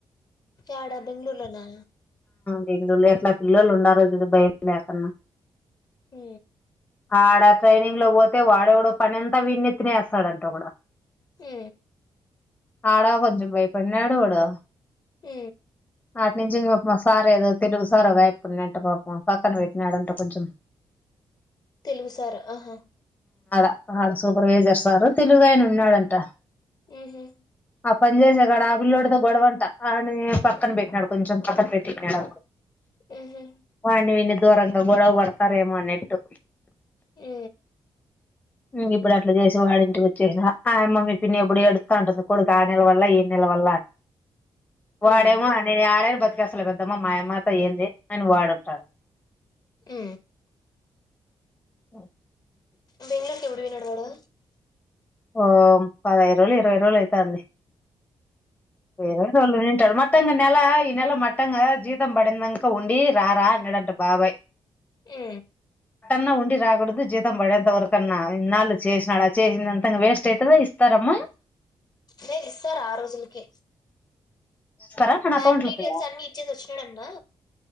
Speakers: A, on the left; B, on the left.
A: యాడ బెంగళూరులోన
B: బెంగళూరులో ఎట్లా పిల్లలు ఉన్నారో చూడు భయం లేకన్నా
A: ఉ
B: ఆడ ట్రైనింగ్ లో పోతే వాడేవడో పని అంతా వీని నెత్తిన ఏస్తాడంట ఒకడు
A: ఉ
B: ఆడా కొంచెం భైపడిన్నాడు వాడు
A: ఉ
B: వాటి నుంచి ఇంగ సార్ ఏదో తెలుగు సార్ ఒగాయిపుకున్నా అంట పాపం పక్కన పెట్టినాడంట కొంచెం
A: తెలుగు సారా ఆహా
B: ఆ సూపర్వైజర్స్ సారు తెలుగు ఆయన ఉన్నాడంట
A: ఉహు
B: ఆ పని జేసే ఇక్కడ ఆపిల్లోడితో గొడవంట ఆ పక్కన పెట్టినాడు కొంచెం పక్కన పెట్టాడు
A: ఉహు
B: వాడిని వీడిని దూరంగా గొడవ పడతారేమో అని ఎట్టు
A: ఉ
B: ఉ ఇప్పుడు అట్లా చేసి వాడి ఇంటికి వచ్చేసిన ఆయమ్మ పిన్ని ఎప్పుడు ఎడు త ఉంటుంది కొడుకు ఆ నెల వల్ల ఈ నెల వల్ల అని వాడేమో
A: ఉమ్
B: అ ఆడ కి అసలు పెద్దమ్మా మాయమ్మ్మ తో ఏంది అని వాడంటాడు
A: ఉ
B: ఓ
A: బెంగళూరుకి ఎప్పుడు పోయినాడు వాడు
B: ఓ పదహైదు రోజులు ఇరవై రోజులు అయితంది వేరేళ్లతో ఉన్నింటాడు మ మత్తంగ నెల ఈ నెల మట్టంగా జీతం పడిందంక ఉండి రారా అన్నాడంట బాబాయ్
A: ఉ
B: న్నా ఉండి రాకూడదు జీతం పడేంత వరకన్నా ఇన్నాళ్లు చేసినడు చేసినంతా వేస్ చేతరు ఇస్తారమ్మ
A: లేదు ఇస్తారు ఆ రోజులకే
B: తరా తన
A: బ్యాంక్
B: అకౌంట్లకి
A: డీటెయిల్స్ అన్ని ఇచ్చేసి వచ్చినాడటనా